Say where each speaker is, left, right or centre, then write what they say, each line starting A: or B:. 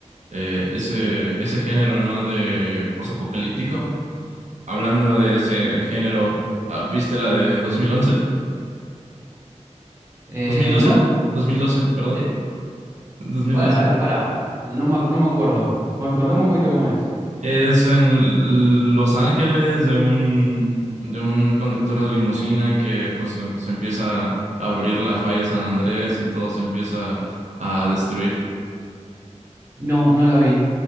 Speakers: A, on the right (about 75°); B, on the right (about 20°).
A: eh, ese, ese género, ¿no? De posapocalíptico. Hablando de ese género, ah, ¿viste la de dos dos mil mil once
B: Eh,
A: dos mil doce
B: ¿no?
A: dos mil doce perdón.
B: ¿Cuál es?
A: dos mil
B: ¿Cuál?
A: doce
B: A ver, pará. No me, ac- no me acuerdo. Con- contame un poquito cómo es.
A: Es en Los Ángeles de un, de un conductor de limusina que pues se se empieza a abrir la falla de San Andrés y todo se empieza a destruir.
B: No, no la vi.